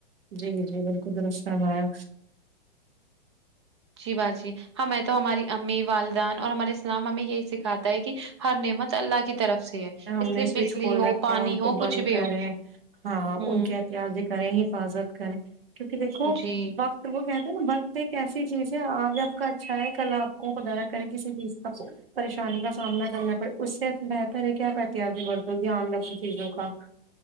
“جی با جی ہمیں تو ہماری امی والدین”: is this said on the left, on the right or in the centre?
Right